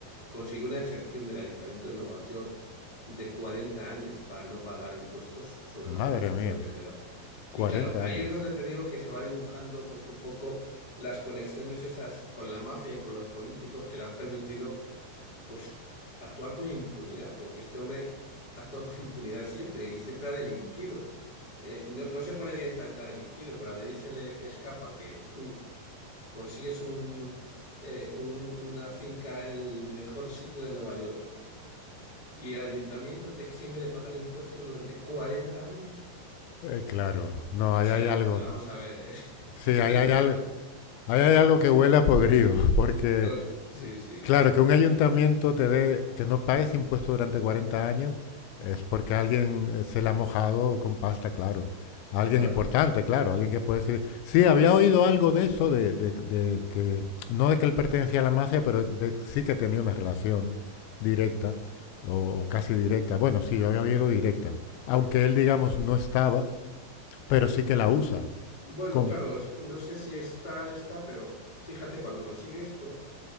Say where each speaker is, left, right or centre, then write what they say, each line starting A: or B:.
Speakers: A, on the left; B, on the left.
A: Consiguió una exención del Ayuntamiento de Nueva York de 40 años para no pagar impuestos sobre
B: Madre
A: los beneficios
B: mía,
A: que generaba.
B: 40
A: Y claro, ahí
B: años.
A: es donde te digo que se va dibujando pues un poco las conexiones esas con la mafia y con los políticos que le han permitido pues actuar con impunidad, porque este hombre ha actuado con impunidad siempre y siempre ha delinquido. Eh, no, no se pone directamente a delinquido, pero a nadie se le escapa que tú consigues un, eh, un- una finca en el mejor sitio de Nueva York y el ayuntamiento te exime de pagar impuestos durante 40 años.
B: Eh, claro, no,
A: O
B: ahí
A: sea,
B: hay algo.
A: va- vamos a ver, <laughs>
B: Sí,
A: es
B: ahí
A: que es
B: hay
A: una
B: algo,
A: cosa...
B: ahí hay algo que huele a podrido, <laughs> porque
A: to- Sí, sí,
B: Claro, que un ayuntamiento te dé, que no pagues impuestos durante 40 años es porque alguien eh, se la ha mojado con pasta, claro. Alguien
A: claro.
B: importante, claro, alguien que puede decir, sí, había oído algo de eso, de, de- de que, no de que él pertenecía a la mafia, pero de- sí que tenía una relación directa o, o casi directa. Bueno, sí, yo había oído directa, aunque él, digamos, no estaba, pero sí que
A: Mm,
B: la usa.
A: Bueno,
B: Con...
A: claro, es que no sé si estar está, pero fíjate, cuando consigues esto,